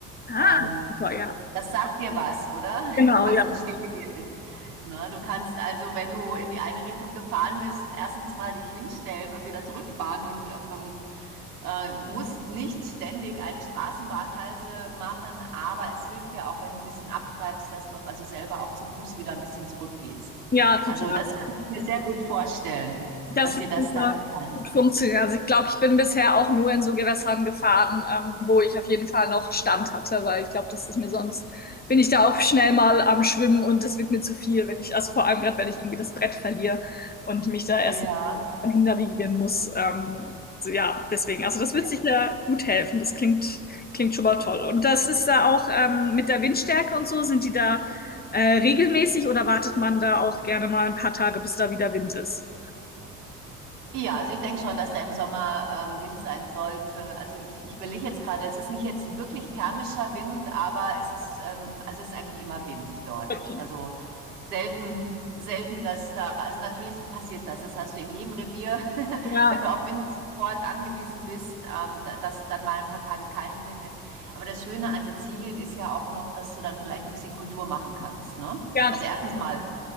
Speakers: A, on the left; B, on the right.
A: Ah,
B: Ähm,
A: super, ja.
B: das, das sagt dir was, oder? <laughs>
A: Genau,
B: Was
A: ja.
B: ein Stehrevier ist. Ne? Du kannst also, wenn du in die eine Richtung gefahren bist, erstens mal dich hinstellen und wieder zurückfahren und ähm, äh, musst nicht ständig eine Straßenbahnhalse machen, aber es hilft dir auch, wenn du ein bisschen abtreibst, dass du also selber auch zu Fuß wieder ein bisschen zurückgehst.
A: Ja, total.
B: Also das kann ich mir sehr gut vorstellen,
A: Das
B: dass
A: wird
B: dir das
A: super
B: da gefallen
A: gut
B: hat.
A: funktionieren. Also ich glaube, ich bin bisher auch nur in so Gewässern gefahren, ähm, wo ich auf jeden Fall noch Stand hatte, weil ich glaube, das ist mir sonst, bin ich da auch schnell mal am Schwimmen und das wird mir zu viel, wenn ich, also vor allem gerade, wenn ich irgendwie das Brett verliere und mich da erst
B: Ja.
A: hinterwiegen muss. Ähm, so, ja, deswegen. Also das wird
B: Ja,
A: sicher gut helfen. Das klingt, klingt schon mal toll. Und das ist da auch ähm, mit der Windstärke und so, sind die da äh, regelmäßig oder wartet man da auch gerne mal ein paar Tage, bis da wieder Wind ist?
B: Ja, also ich denke schon, dass da im Sommer ähm, Wind sein sollte. Also ich, ich überlege jetzt gerade, es ist nicht jetzt ein wirklich thermischer Wind, aber es ist, ähm, also es ist eigentlich immer Wind dort.
A: Okay.
B: Also selten, selten, dass da, also natürlich passiert das. Das hast du in jedem Revier, <laughs>
A: Ja,
B: wenn du auf Windsport angewiesen bist, ähm, da- dass dann mal ein paar Tage kein Wind ist. Aber das Schöne an Sizilien ist ja auch noch, dass du dann vielleicht ein bisschen Kultur machen kannst, ne?
A: ja,
B: Also erstens mal,